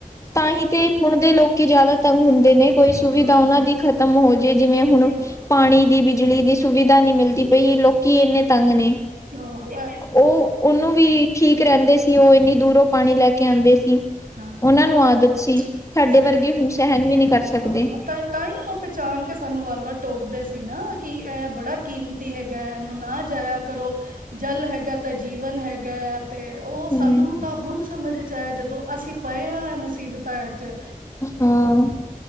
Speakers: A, on the left; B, on the right.
A: ਤਾਂ ਹੀ ਤੇ ਹੁਣ ਦੇ ਲੋਕੀ ਜਾਦਾ ਤੰਗ ਹੁੰਦੇ ਨੇ, ਕੋਈ
B: ਹਾਂ
A: ਸੁਵਿਧਾ ਓਨਾਂ ਦੀ ਖ਼ਤਮ ਹੋ ਜੇ ਜਿਵੇਂ ਹੁਣ
B: ਹਾਂ
A: ਪਾਣੀ ਦੀ, ਬਿਜਲੀ ਦੀ ਸੁਵਿਧਾ ਨੀ ਮਿਲਦੀ ਪਈ, ਲੋਕੀ ਏਨੇ ਤੰਗ ਨੇ।
B: ਆਹੋ, ਐ
A: ਓ, ਓਨੂੰ ਵੀ ਠੀਕ ਰੈਂਦੇ ਸੀ ਓ ਏਨੀ ਦੂਰੋਂ ਪਾਣੀ ਲੈ ਕੇ ਆਂਦੇ ਸੀ।
B: ਹਾਂ ਹਾਂ
A: ਓਨਾਂ ਨੂੰ
B: ਉਹੀ
A: ਆਦਤ ਸੀ, ਸਾਡੇ
B: ਸਹੀ
A: ਵਰਗੇ
B: ਗੱਲ
A: ਹੁਣ ਸੈਹਨ ਵੀ ਨੀ ਕਰ ਸਕਦੇ।
B: ਹਾਂ ਤਾਂ ਤਾਂ ਹੀ ਓ ਪੈਚਾਨ ਕੇ ਸਾਨੂੰ ਵਾਰ-ਵਾਰ ਟੋਕਦੇ ਸੀ ਨਾ ਕਿ ਐ ਬੜਾ ਕੀਮਤ ਤੀ ਹੈਗਾ ਏਨੂੰ ਨਾ ਜਾਇਆ ਕਰੋ, ਜਲ ਹੈਗਾ ਤਾਂ ਜੀਵਨ ਹੈਗਾ। ਤੇ ਓ
A: ਹਮ
B: ਸਾਨੂੰ ਤਾਂ ਹੁਨ ਸਮਝ 'ਚ ਆਇਆ ਐ ਜਦੋਂ ਅਸੀਂ ਪਏ ਆਂ ਐ ਮੁਸੀਬਤਾਂ 'ਚ।
A: ਹਾਂ,